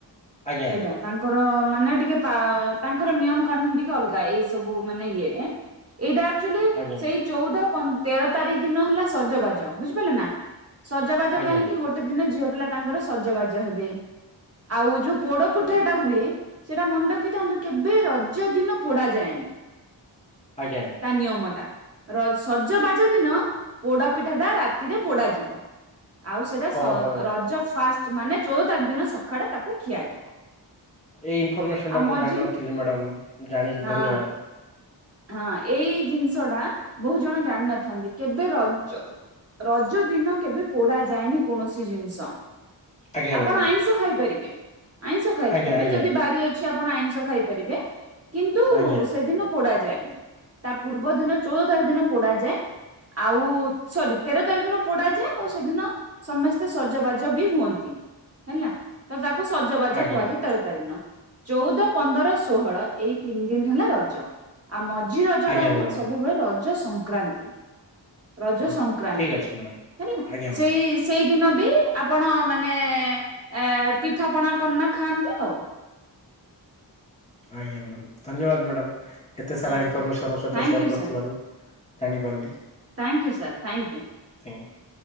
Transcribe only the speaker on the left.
ଆଜ୍ଞା
ଆଜ୍ଞା
ଆଜ୍ଞା
ଆଜ୍ଞା!
ଓହୋ
ଏଇ ଇନଫର୍ମେସନ
ଟା ମୁଁ
ଜାଣିନଥିଲି ମ୍ୟାଡ଼ାମ୍ ଜାଣି
ଧନ୍ୟବାଦ!
ଆଜ୍ଞା
ମ୍ୟାଡ଼ାମ
ଆଜ୍ଞା ଆଜ୍ଞା
ଆଜ୍ଞା
ଆଜ୍ଞା
ଆଜ୍ଞା
ମ୍ୟାଡ଼ାମ
ଓକେ
ଠିକ୍ ଅଛି ମ୍ୟାଡ଼ାମ।
ଆଜ୍ଞା ମ୍ୟାଡ଼ାମ
ଆଜ୍ଞା ମ୍ୟାଡ଼ାମ୍ ଧନ୍ୟବାଦ ମ୍ୟାଡ଼ାମ୍ ଏତେ ସାରା
ଇନଫର୍ମେସନ୍ ମୋ ସହିତ
ସେୟାର୍ କରିଥିବାରୁ। ଜାଣିପାରିଲି।
<inaudible>